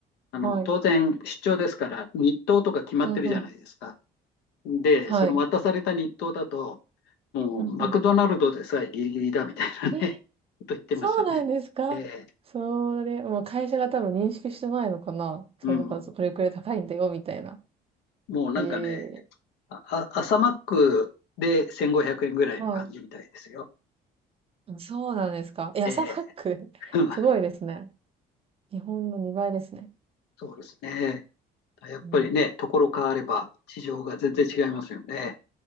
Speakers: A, on the left; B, on the right.
A: あの、
B: はい。
A: 当然出張ですから、日当とか決まってるじゃないですか。
B: うんうん。
A: で、
B: はい。
A: その渡された日当だと、もうマクドナルドでさえギリギリだみたいなね、
B: うんうん。え、
A: <laughs> と言ってましたね。
B: そうなんですかそれ、
A: えー
B: もう会社が多分認識してないのかなその中、
A: うん、
B: これくらい高いんだよ、みたいな。
A: もうなんかね、
B: へえ。
A: あ、朝マックで1500円ぐらいの感じみたいですよ。
B: はい。あそうなんですか。え、
A: えー
B: 朝マック、<laughs>
A: <laughs>
B: すごいですね。日本の2倍ですね。
A: そうですね。やっぱりね、
B: うん
A: ところ変われば事情が全然違いますよね。